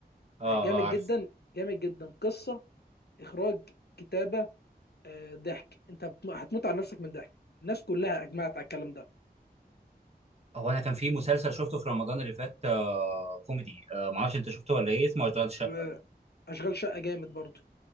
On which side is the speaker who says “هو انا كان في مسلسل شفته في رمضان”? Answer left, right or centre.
Right